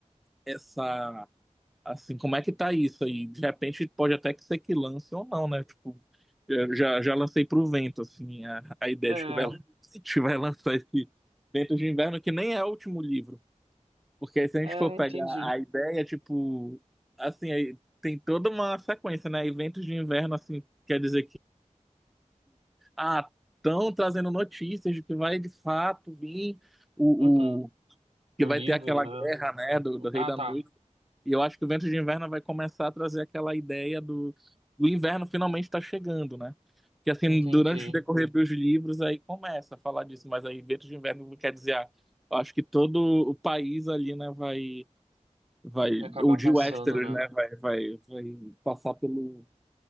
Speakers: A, in the centre; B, on the right.
A: essa Assim, como é que tá isso aí? De repente pode até que ser que lance ou não, né? Tipo, eu já, já lancei pro vento, assim, a, a ideia
B: É,
A: de que vai, se tiver <laughs> lançar esse Ventos de Inverno, que nem é o último livro. Porque aí, se a
B: é,
A: gente for pegar
B: entendi.
A: a ideia, tipo, assim, aí tem toda uma sequência, né? eventos de Inverno, assim, quer dizer que, ah, estão trazendo notícias de que vai de fato vir o,
B: Uhum. O
A: que vai
B: livro,
A: ter aquela
B: né?
A: guerra, né, do, do Rei
B: Ah,
A: da
B: tá.
A: Noite. E eu acho que o Vento de Inverno vai começar a trazer aquela ideia do, do inverno finalmente está chegando, né? Que assim,
B: Entendi.
A: durante o decorrer dos livros, aí começa a falar disso, mas aí Vento de Inverno quer dizer, ah, eu acho que todo o país ali, né, vai, vai,
B: E acabar
A: o de
B: passando,
A: Westeros,
B: né?
A: né, vai, vai, vai passar pelo,